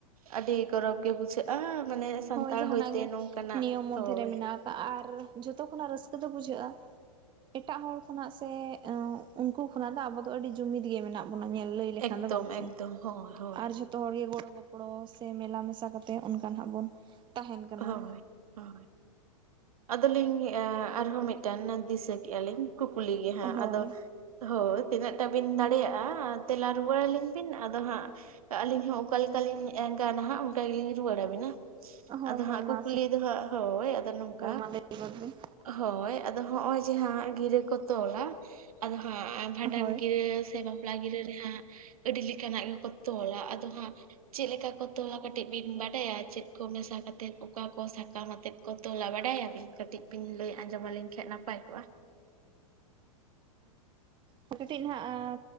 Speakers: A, on the right (about 75°); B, on the right (about 25°).
A: ᱟᱹᱰᱤ ᱜᱚᱨᱚ ᱜᱮ ᱵᱩᱡᱷᱟᱹᱜ ᱦᱟᱹ ᱢᱟᱱᱮ ᱥᱟᱱᱛᱟᱲ
B: ᱦᱳᱭ ᱡᱟᱦᱟᱱᱟᱜ
A: ᱦᱚᱭᱛᱮ
B: ᱜᱮ
A: ᱱᱚᱝᱠᱟᱱᱟᱜ
B: ᱱᱤᱭᱚᱢ ᱢᱚᱫᱽᱫᱷᱮ
A: ᱦᱳᱭ᱾
B: ᱨᱮ ᱢᱮᱱᱟᱜ ᱟᱨ ᱡᱚᱛᱚ ᱠᱷᱚᱱᱟᱜ ᱨᱟᱹᱥᱠᱟᱹ ᱫᱚ ᱵᱩᱡᱷᱟᱹᱜ-ᱟ᱾ ᱮᱴᱟᱜ ᱦᱚᱲ ᱠᱷᱚᱱᱟᱜ ᱥᱮ ᱩᱱᱠᱩ ᱠᱷᱚᱱᱟᱜ ᱫᱚ ᱟᱵᱚ ᱫᱚ ᱟᱹᱰᱤ ᱡᱩᱢᱤᱫ ᱜᱮ ᱢᱮᱱᱟᱜ ᱵᱚᱱᱟ ᱧᱮᱞ ᱞᱟᱹᱭ ᱞᱮᱠᱷᱟᱱ
A: ᱮᱠᱫᱚᱢ
B: ᱫᱚ ᱵᱟᱝ ᱥᱮ᱾
A: ᱮᱠᱫᱚᱢ ᱦᱳᱭ ᱦᱳᱭ
B: ᱟᱨ ᱡᱷᱚᱛ ᱛᱚ ᱦᱚᱲ ᱜᱮ ᱜᱚᱲᱚ ᱜᱚᱯᱚᱲᱚ ᱥᱮ ᱢᱮᱞᱟ ᱢᱮᱥᱟ ᱠᱟᱛᱮ ᱚᱱᱠᱟ ᱟᱜ ᱵᱚᱱ ᱛᱟᱦᱮᱱ ᱠᱟᱱᱟ
A: ᱦᱳᱭ ᱦᱳᱭ ᱟᱫᱚᱞᱤᱧ ᱮ ᱟᱨᱦᱚᱸ ᱢᱤᱫᱴᱟᱝ ᱫᱤᱥᱟᱹ᱾ ᱠᱮᱜ-ᱟ ᱞᱤᱧ ᱠᱩᱠᱞᱤ ᱜᱮ ᱦᱟᱸᱜ
B: ᱦᱳᱭ
A: ᱟᱫᱚ ᱦᱳᱭ ᱛᱤᱱᱟᱹᱜ ᱴᱟ ᱵᱤᱱ ᱫᱟᱲᱮᱭᱟᱜ-ᱟ ᱛᱮᱞᱟ ᱨᱩᱣᱟᱹᱲ ᱟᱹᱞᱤᱧ ᱵᱤᱱ ᱟᱫᱚ ᱦᱟᱸᱜ ᱟᱹᱞᱤᱧ ᱦᱚᱸ ᱚᱠᱟ ᱞᱮᱠᱟᱞᱤᱧ ᱜᱟᱱ ᱦᱟᱸᱜ ᱚᱱᱠᱟ ᱜᱮᱞᱤᱧ ᱨᱩᱣᱟᱹᱲ ᱟᱵᱤᱱᱟ᱾
B: ᱦᱳᱭ
A: ᱟᱫᱚ
B: ᱦᱳᱭ
A: ᱦᱟᱸᱜ ᱠᱩᱠᱞᱤ
B: ᱢᱟᱥᱮ
A: ᱫᱚ ᱦᱟᱸᱜ ᱦᱳᱭ ᱟᱫᱚ ᱱᱚᱝᱠᱟ᱾
B: ᱢᱟ ᱞᱟᱹᱭ ᱜᱚᱫ ᱵᱤᱱ
A: ᱦᱳᱭ ᱟᱫᱚ ᱦᱚᱜ ᱚᱭ ᱡᱟᱦᱟᱸ ᱜᱤᱨᱟᱹ ᱠᱚ ᱛᱚᱞᱟ ᱟᱫᱚ ᱦᱟᱸᱜ ᱵᱷᱟᱸᱰᱟᱱ
B: ᱦᱳᱭ
A: ᱜᱤᱨᱟᱹ ᱥᱮ ᱵᱟᱯᱞᱟ ᱜᱤᱨᱟᱹ ᱨᱮ ᱦᱟᱸᱜ ᱟᱹᱰᱤ ᱞᱮᱠᱟᱱᱟᱜ ᱜᱮᱠᱚ ᱛᱚᱞᱟ᱾ ᱟᱫᱚ ᱦᱟᱸᱜ ᱪᱮᱫ ᱞᱮᱠᱟ ᱠᱚ ᱛᱚᱞᱟ ᱠᱟᱹᱴᱤᱡ ᱵᱤᱱ ᱵᱟᱰᱟᱭᱟ ᱪᱮᱫ ᱠᱚ ᱢᱮᱥᱟ ᱠᱟᱛ ᱛᱮᱫ ᱚᱠᱟ ᱠᱚ ᱥᱟᱠᱟᱢ ᱟᱛᱮᱫ ᱠᱚ ᱛᱚᱞᱟ ᱵᱟᱰᱟᱭ ᱟᱵᱤᱱ᱾ ᱠᱟᱹᱴᱤᱡ ᱵᱤᱱ ᱞᱟᱹᱭ ᱟᱸᱡᱚᱢ ᱟᱹᱞᱤᱧ ᱠᱷᱟᱱ ᱱᱟᱯᱟᱭ ᱠᱚᱜ-ᱟ᱾
B: ᱟᱨ ᱠᱟᱹᱴᱤᱡ ᱱᱟᱜ ᱟᱨ,